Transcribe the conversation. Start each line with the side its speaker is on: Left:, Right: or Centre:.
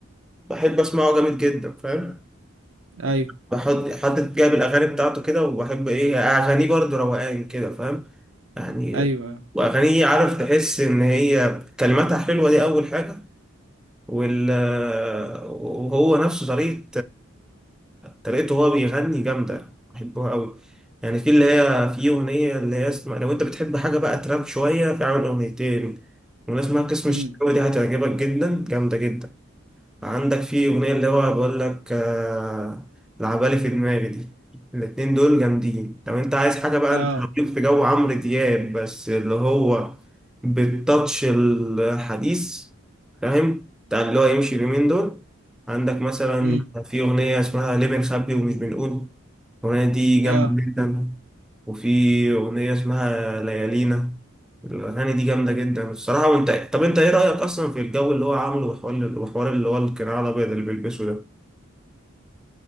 Centre: بحب أسمعه جامد جدا فاهم
Right: أيوه،
Centre: بحط حد جايب الأغاني بتاعته كده وبحب إيه أغانيه برضه روقان كده فاهم يعني
Right: أيوه،
Centre: وأغانيه عارف تحس إن هي كلماتها حلوة دي أول حاجة وال وهو نفسه طريقة طريقته وهو بيغني جامدة بحبها قوي يعني في اللي هي في أغنية اللي هي اسمها لو أنت بتحب حاجة بقى تراب شوية في عامل أغنيتين وناس اسمها قسم
Right: إمم،
Centre: الشكاوي دي هتعجبك جدا جامدة جدا عندك في أغنية اللي هو بقول لك آه، العبالي في دماغي دي الاتنين دول جامدين لو انت عايز حاجة بقى
Right: آه،
Centre: انت ليك في جو عمرو دياب بس اللي هو بالتاتش الحديث فاهم بتاع اللي هو يمشي اليومين دول عندك مثلا
Right: إمم،
Centre: في أغنية اسمها ليه بنخبي ومش بنقول الأغنية دي جامدة
Right: آه.
Centre: جدا وفي أغنية اسمها ليالينا الأغاني دي جامدة جدا الصراحة وأنت طب أنت إيه رأيك أصلا في الجو اللي هو عامله وحوار وحوار اللي هو القناع الأبيض اللي بيلبسه ده؟